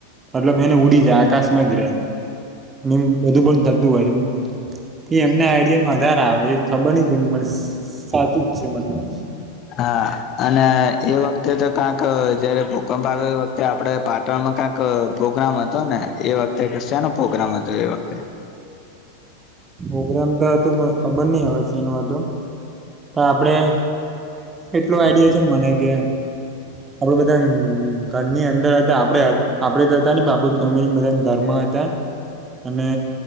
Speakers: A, on the right (about 20°); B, on the left (about 35°).
A: મતલબ, એને ઉડીજ આકાશ મજ નિમ બધું પણ થતું હોય છે, એ એમના આઈડિયામાં વધધારે આવે ખબર નહ કેમ મને સાચું જ છે, મતલબ
B: હા અને એ વખતે, તો કાંક જયારે ભૂકંપ આવે્યો એ વખતે આપડે પાટણમાં ક્યાંક પ્રોગ્રામ હતો, ને એ વખતે છેનો, પ્રોગ્રામ હતો એ વખતે
A: પ્રગ્રામ, તો હતુ પણ ખબર નહ હવે તેનું હતું તો આપણે એટલું આઈડિયા છે, મને કેમ આપડે બધા ઘરની અંદર હતા, આપડે આપડે હતા ને આપ ફેમિલી બધા ઘરમા અને,